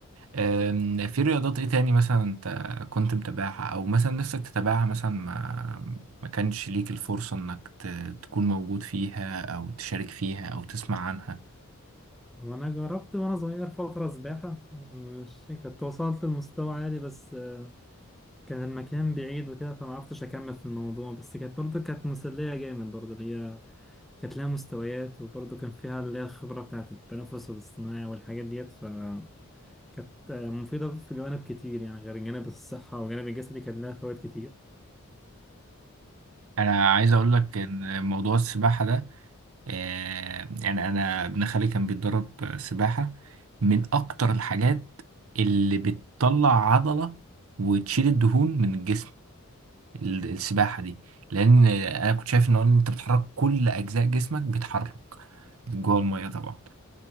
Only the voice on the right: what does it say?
أم، في رياضات ايه تاني مثلا انت كنت متابعها او مثلا نفسك تتابعها مثلا ما ما كانش ليك الفرصة انك ت- تكون موجود فيها او تشارك فيها او تسمع عنها
انا عايز اقول لك ان موضوع السباحة ده آه، يعني انا ابن خالي كان بيتدرب سباحة من اكتر الحاجات اللي بتطلع عضلة وتشيل الدهون من الجسم ال- السباحة دي لأن أنا كنت شايف إن هو إن أنت بتحرك كل أجزاء جسمك بيتحرك جوه المية طبعا